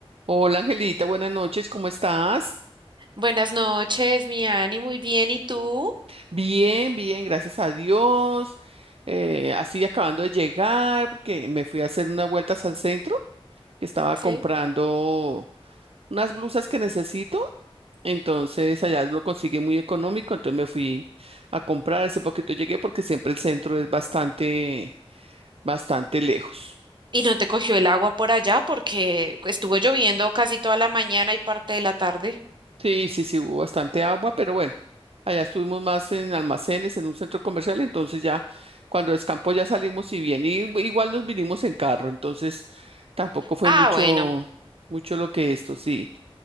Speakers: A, on the right (about 70°); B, on the right (about 50°).
A: Hola Angelita, buenas noches, ¿cómo estás?
B: Buenas noches, mi Ani, muy bien. ¿Y tú?
A: Bien, bien, gracias a Dios. Eh, así acabando de llegar, porque me fui a hacer unas vueltas al centro, que estaba
B: Sí.
A: comprando unas blusas que necesito. Entonces allá lo consigue muy económico, entonces me fui a comprar. Hace poquito llegué porque siempre el centro es bastante, bastante lejos.
B: ¿Y no te cogió el agua por allá porque estuvo lloviendo casi toda la mañana y parte de la tarde?
A: Sí, sí, sí, hubo bastante agua, pero bueno, allá estuvimos más en almacenes, en un centro comercial, entonces ya cuando descampó ya salimos y bien, y igual nos vinimos en carro, entonces tampoco fue
B: Ah,
A: mucho,
B: bueno.
A: mucho lo que esto, sí.